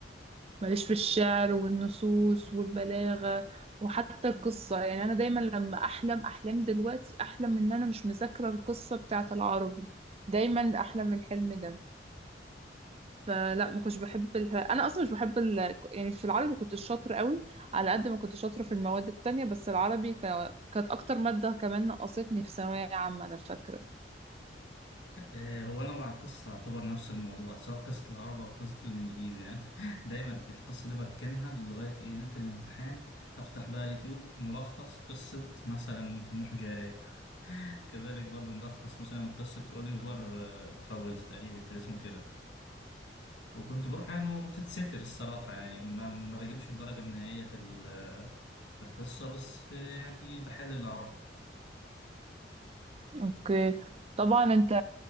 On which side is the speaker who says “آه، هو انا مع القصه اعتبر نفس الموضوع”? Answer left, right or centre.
Left